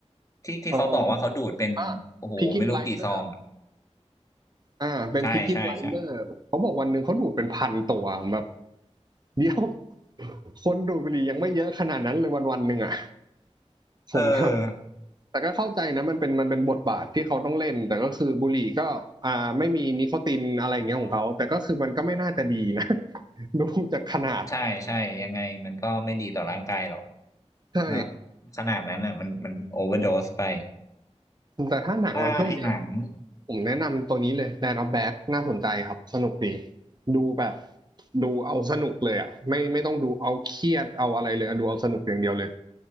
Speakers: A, on the left; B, on the right.
A: ที่ที่เขาบอกว่าเขาดูดเป็นโอ้โหไม่รู้กี่ซองอะ
B: เอออ่าพิกกี้ไบลเดอร์อ่าเป็นพิกกี้ไบลเดอร์เขาบอกวันหนึ่งเขาดูดเป็นพันตัวแบบ
A: ใช่ใช่ใช่
B: <laughs> เดียวคนดูดบุหรี่ยังไม่เยอะขนาดนั้นเลยวันวันหนึ่งอ่ะ <laughs>
A: เออ
B: ผมแบบ แต่ก็เข้าใจนะมันเป็นมันเป็นบทบาทที่เขาต้องเล่นแต่ก็คือบุหรี่ก็อ่าไม่มีนิโคตินอะไรอย่างเงี้ยของเขาแต่ก็คือมันก็ไม่น่าจะดีนะ <laughs> ดูจากขนาด
A: ใช่ใช่ยังไงมันก็ไม่ดีต่อร่างกายหรอก
B: ใช่
A: เนาะขนาดนั้นอ่ะมันมันโอเวอร์โดสไป
B: แต่ถ้าหนังมาช่วงเนี้ย
A: อ่าไอหนัง
B: ผมแนะนำตัวนี้เลย Land of Bad น่าสนใจครับสนุกดีดูแบบดูเอาสนุกเลยอ่ะไม่ไม่ต้องดูเอาเครียดเอาอะไรเลยอะดูเอาสนุกอย่างเดียวเลย